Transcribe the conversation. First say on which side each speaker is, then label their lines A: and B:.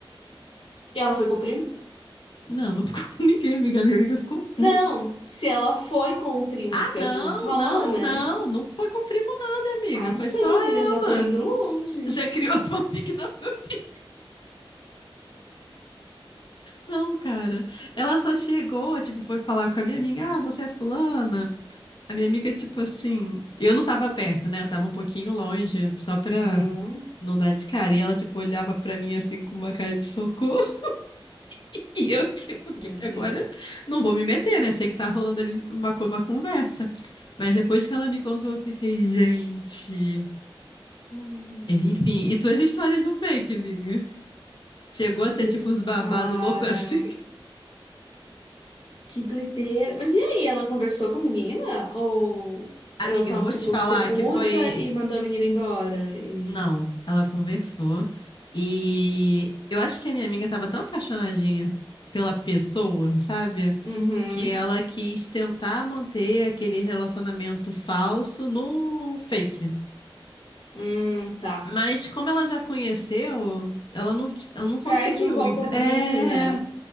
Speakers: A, on the left; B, on the left.
A: E ela foi com o primo?
B: Não, não ficou <laughs> com ninguém, amiga. Minha amiga ficou puta.
A: Não, se ela foi com o primo,
B: Ah,
A: porque
B: não,
A: às vezes rola,
B: não,
A: né?
B: não. Não foi com o primo, nada, amiga.
A: Ah, não
B: Foi
A: sei,
B: só ela.
A: amiga, já tô indo longe.
B: Já criou a fanfic da. <laughs> Não, cara. Ela só chegou, tipo, foi falar com a minha amiga: Ah, você é fulana? A minha amiga, tipo assim, eu não tava perto, né? Eu tava um pouquinho longe, só pra
A: Uhum.
B: não dar de cara. E ela, tipo, olhava pra mim assim com uma cara de socorro. <laughs> E eu, tipo, o que
A: Meu
B: que
A: Deus.
B: agora? Não vou me meter, né? Sei que tá rolando ali uma, co- uma conversa. Mas depois que ela me contou, eu fiquei, gente.
A: Hum.
B: Enfim, e tuas histórias no fake, amiga? Chegou a ter,
A: Deus,
B: tipo, uns babado
A: cara.
B: louco assim? <laughs>
A: Que doideira. Mas e aí, ela conversou com a menina? Ou
B: Amiga,
A: ela só,
B: eu vou
A: tipo,
B: te falar
A: ficou puta
B: que foi.
A: e mandou a menina embora? E...
B: Não, ela conversou e eu acho que a minha amiga estava tão apaixonadinha pela pessoa, sabe?
A: Uhum.
B: Que ela quis tentar manter aquele relacionamento falso no fake.
A: Hum, tá.
B: Mas como ela já conheceu, ela não, ela não conseguiu.
A: Perde um pouco
B: Então,
A: o brilho,
B: é.
A: né?